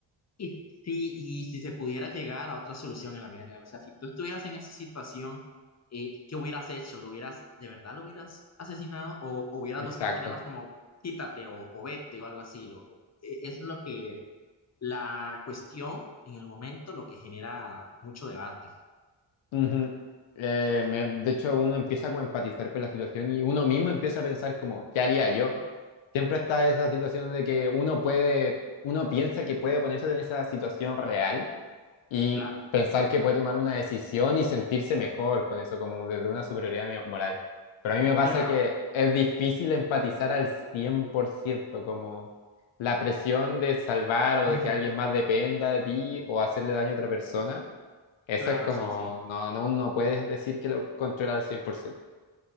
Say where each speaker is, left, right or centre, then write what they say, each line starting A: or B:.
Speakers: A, on the left; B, on the left.
A: Y si, y si se pudiera llegar a otra solución en la vida real, o sea, si tú estuvieras en esa situación, eh, ¿qué hubieras hecho? ¿Lo hubieras, de verdad lo hubieras asesinado o, o hubieras
B: Exacto.
A: buscado que nada más como quítate o, o vete o algo así? Lo, e- es lo que la cuestión en el momento, lo que genera mucho debate.
B: Ujú. Eh, me- de hecho, uno empieza como a empatizar con la situación y uno mismo empieza a pensar como, ¿qué haría yo? Siempre está esa situación de que uno puede, uno piensa que puede ponerse en esa situación real y
A: Claro,
B: pensar que puede tomar una decisión y sentirse mejor con eso, como desde una superioridad mi- moral. Pero a mí me pasa
A: claro,
B: que es difícil empatizar al 100% como la presión de salvar o
A: ujú,
B: de que alguien más dependa de ti o hacerle daño a otra persona. Eso
A: claro,
B: es como,
A: sí, sí.
B: no, no, no puedes decir que lo controla al 100%.